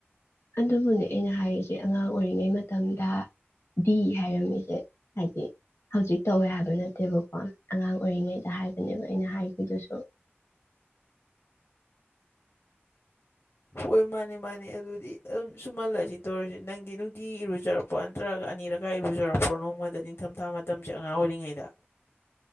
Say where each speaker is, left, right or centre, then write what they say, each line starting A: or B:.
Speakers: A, on the left; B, on the left.
A: ꯑꯗꯨꯕꯨꯅꯦ ꯑꯩꯅ ꯍꯥꯏꯔꯤꯁꯦ ꯑꯉꯥꯡ ꯑꯣꯏꯔꯤꯉꯩ ꯃꯇꯝꯗ ꯗꯤ ꯍꯥꯏꯔꯝꯃꯤꯁꯦ ꯍꯥꯏꯗꯤ ꯍꯧꯖꯤꯛ ꯇꯧꯋꯦ ꯍꯥꯏꯕ ꯅꯠꯇꯦꯕꯀꯣ ꯑꯉꯥꯡ ꯑꯣꯏꯔꯤꯉꯩꯗ ꯍꯥꯏꯕꯅꯦꯕ ꯑꯩꯅ ꯍꯥꯏꯈꯤꯕꯗꯨꯁꯨ
B: ꯍꯣꯏ ꯃꯥꯅꯦ ꯃꯥꯅꯦ ꯑꯗꯨꯗꯤ ꯑꯗꯨꯝ ꯁꯨꯝꯍꯜꯂꯁꯤ ꯇꯧꯔꯁꯤ ꯅꯪꯗꯤ ꯅꯨꯡꯇꯤ ꯏꯔꯨꯖꯔꯕ ꯅꯠꯇ꯭ꯔꯒ ꯑꯅꯤꯔꯛꯀꯥ ꯏꯔꯨꯖꯔꯄ꯭ꯔꯣ ꯅꯣꯡꯃꯗ ꯅꯤꯡꯊꯝꯊꯥ ꯃꯇꯝꯁꯦ ꯑꯉꯥꯡ ꯑꯣꯏꯔꯤꯉꯩꯗ